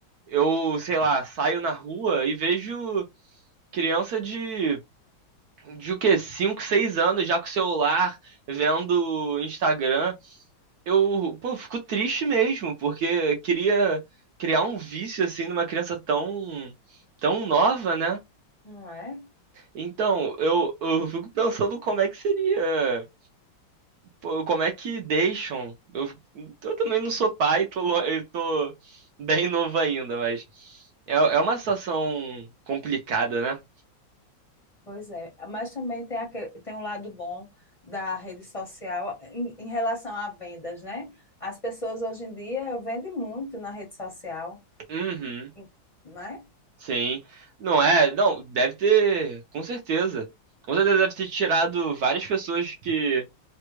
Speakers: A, on the right; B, on the left.
A: Eu, sei lá, saio na rua e vejo criança de, de o quê? 5 6 anos já com o celular, vendo Instagram. Eu, pô, fico triste mesmo, porque queria criar um vício assim numa criança tão, tão nova, né?
B: não é?
A: Então, eu, eu fico pensando como é que seria Pô, como é que deixam? Eu, eu também não sou pai, tô, lo- eu tô bem novo ainda, mas é, é uma situação complicada, né?
B: Pois é, mas também tem, aque- tem um lado bom da rede social em, em relação a vendas, né? As pessoas hoje em dia vendem muito na rede social,
A: Uhum,
B: em- né?
A: sim. Não é? Não, deve ter, com certeza. Com certeza deve ter tirado várias pessoas que